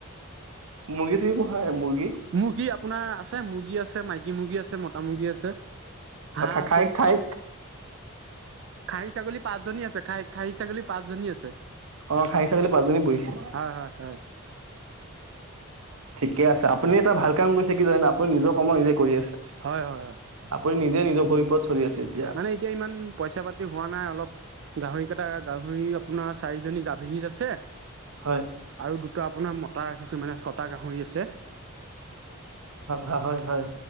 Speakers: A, on the right; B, on the right.
A: মুৰ্গী চুৰগী পোহা নাই মুৰ
B: মুৰ্গী আপোনাৰ আছে মুৰ্গী আছে মাইকী মুৰ্গী আছে মতা তা মুৰ্গী আছে। হাঁহ
A: অ খা
B: আছে
A: খাইক খাইক
B: খাহী ছাগলী পাঁচজনী আছে খাই খাহী ছাগলী পাঁচজনী আছে
A: অ খাহী ছাগলী পাঁচজনী পুহিছে
B: হয় হয় হয়।
A: ঠিকে আছে আপুনি এটা ভাল কাম কৰিছে কি জানে আপুনি নিজৰ কৰ্ম নিজে কৰি আছে
B: হয় হয় হয়
A: আপোনি নিজে জেই নিজৰ ভৰিওপৰত চলি আছে। তেতিয়া
B: মানে এতিয়া ইমান পইচা পাতি হোৱা নাই অলপ গাহৰি কেইটা গাহৰি আপোনাৰ চাৰিজনী গাভিনীত ছে
A: হয়
B: আৰু দুটা আপোনাৰ মতা ৰাখিছোঁ মানে ছঁটা গাহৰি আছে। চে
A: হয় হয় হয়